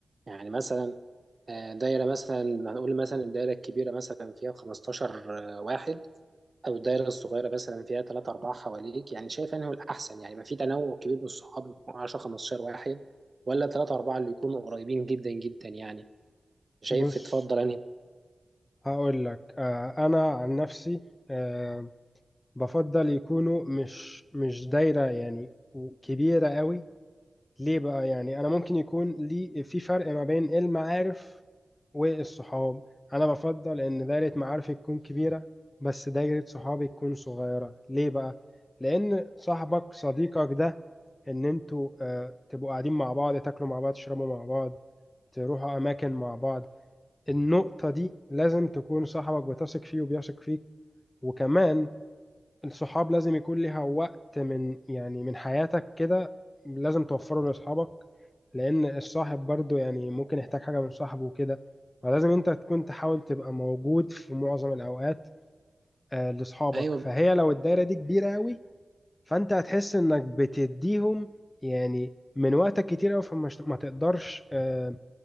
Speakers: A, on the right (about 45°); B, on the left (about 25°).
A: يعني مثلا آه، دايره مثلا هنقول مثلا الدايره الكبيره مثلا فيها 15 واحد او الدايره الصغيره مثلا فيها ثلاثة أربعة حواليك يعني شايف انه الأحسن يعني يبقى في تنوع كبير من الصحاب 10 15 واحد ولا ثلاثة أربعة اللي يكونوا قريبين جدا جدا يعني شايف
B: بص
A: تفضل انهي
B: هقول لك آه، انا عن نفسي آه، بفضل يكونوا مش مش دايرة يعني كبيرة قوي ليه بقى يعني انا ممكن يكون لي في فرق ما بين المعارف والصحاب انا بفضل ان دايرة معارفي تكون كبيرة بس دايرة صحابي تكون صغيرة ليه بقى لان صاحبك صديقك ده ان انتوا آه، تبقوا قاعدين مع بعض تاكلوا مع بعض تشربوا مع بعض تروحوا اماكن مع بعض النقطة دي لازم تكون صاحبك بتثق فيه وبيثق فيك وكمان الصحاب لازم يكون ليها وقت من يعني من حياتك كده لازم توفره لاصحابك لان الصاحب برضو يعني ممكن يحتاج حاجة من صاحبه وكده فلازم انت تكون تحاول تبقى موجود في معظم الاوقات آه، لاصحابك
A: ايوه
B: فهي لو الدايرة دي كبيرة قوي فانت هتحس انك بتديهم يعني من وقتك كتير قوي فما ما تقدرش آه،